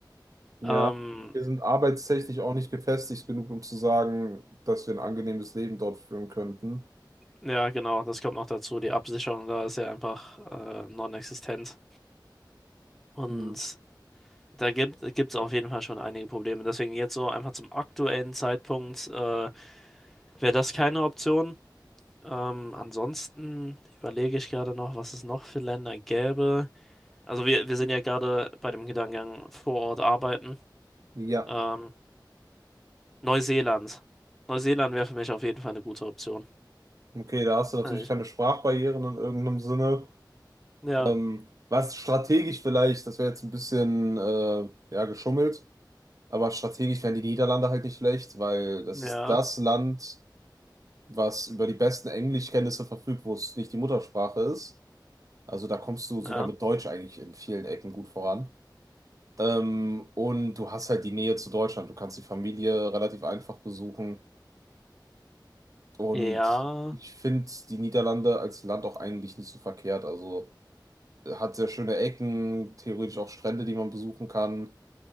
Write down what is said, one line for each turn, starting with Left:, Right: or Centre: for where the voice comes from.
Right: Ja.
Centre: Ähm,
Right: Wir sind arbeitstechnisch auch nicht gefestigt genug, um zu sagen, dass wir ein angenehmes Leben dort führen könnten.
Centre: ja, genau, das kommt noch dazu. Die Absicherung da ist ja einfach äh, non-existent. Und
Right: Hm.
Centre: da gibt es auf jeden Fall schon einige Probleme. Deswegen jetzt so einfach zum aktuellen Zeitpunkt äh, wäre das keine Option. Ähm, ansonsten überlege ich gerade noch, was es noch für Länder gäbe. Also wir, wir sind ja gerade bei dem Gedankengang vor Ort arbeiten.
Right: Ja.
Centre: Ähm, Neuseeland. Neuseeland wäre für mich auf jeden Fall eine gute Option.
Right: Okay, da hast du natürlich
Centre: Also ich,
Right: keine Sprachbarrieren in irgendeinem Sinne.
Centre: ja,
Right: Ähm, was strategisch vielleicht, das wäre jetzt ein bisschen äh, ja, geschummelt, aber strategisch wären die Niederlande halt nicht schlecht, weil das
Centre: ja,
Right: ist das Land was über die besten Englischkenntnisse verfügt, wo es nicht die Muttersprache ist. Also da kommst du
Centre: ja.
Right: sogar mit Deutsch eigentlich in vielen Ecken gut voran. Ähm, und du hast halt die Nähe zu Deutschland. Du kannst die Familie relativ einfach besuchen. Und
Centre: Ja,
Right: ich finde die Niederlande als Land auch eigentlich nicht so verkehrt. Also äh, hat sehr schöne Ecken, theoretisch auch Strände, die man besuchen kann.